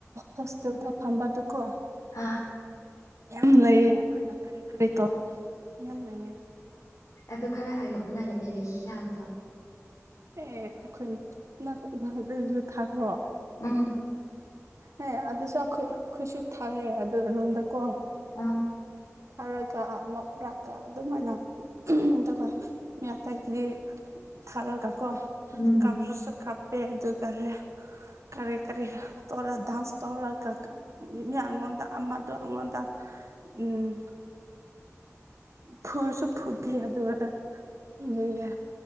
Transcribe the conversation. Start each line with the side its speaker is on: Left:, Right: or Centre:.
Right: ꯍꯣꯁꯇꯦꯜꯗ ꯐꯝꯕꯗꯨꯀꯣ
Left: ꯑ
Right: ꯌꯥꯝ ꯂꯩꯌꯦ ꯑꯩꯈꯣꯏꯅ ꯀꯔꯤ ꯀꯔꯤ ꯇꯧꯔꯒ ꯌꯥꯝ ꯂꯩꯌꯦ
Left: ꯑꯗꯨ ꯈꯔ ꯍꯥꯏꯔꯛꯎꯗꯅ ꯀꯩ ꯀꯩ ꯂꯩꯈꯤꯒꯦ ꯍꯥꯏꯕꯗꯣ
Right: ꯑꯦ ꯑꯩꯈꯣꯏ <unintelligible> ꯌꯨ ꯊꯥꯄ꯭ꯔꯣ
Left: ꯎꯝ
Right: ꯍꯦ ꯑꯗꯨꯁꯨ ꯑꯩꯈꯣꯏꯅ ꯑꯩꯈꯣꯏꯁꯨ ꯊꯥꯏꯑ ꯑꯗꯨ ꯔꯨꯝꯗꯀꯣ
Left: ꯑ
Right: ꯈꯔꯒ ꯅꯣꯛ꯭ꯔꯒ ꯑꯗꯨꯃꯥꯏꯅ ꯎꯍꯝ ꯑꯗꯨꯒ ꯃꯤ ꯑꯇꯩꯥꯗꯤ ꯊꯥꯔꯒ ꯀꯣ
Left: ꯎꯝ
Right: ꯀꯥꯞꯇ꯭ꯔꯁꯨ ꯀꯞꯄꯦ ꯑꯗꯨꯒꯔꯦ ꯀꯔꯤ ꯀꯔꯤ ꯇꯧꯔ ꯗꯥꯟꯁ ꯇꯧꯔ ꯀ ꯃꯤ ꯑꯩꯉꯣꯟꯗ ꯑꯃꯗꯨ ꯑꯩꯉꯣꯟꯗ ꯎꯝ ꯐꯧꯔꯁꯨ ꯐꯨꯗꯤ ꯍꯥꯏꯗꯣꯏꯕ ꯑꯗꯨꯒꯦ